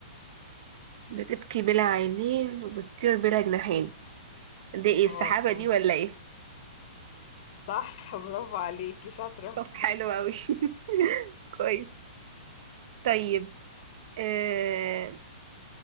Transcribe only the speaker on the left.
اه
صح برافو عليكي شاطرة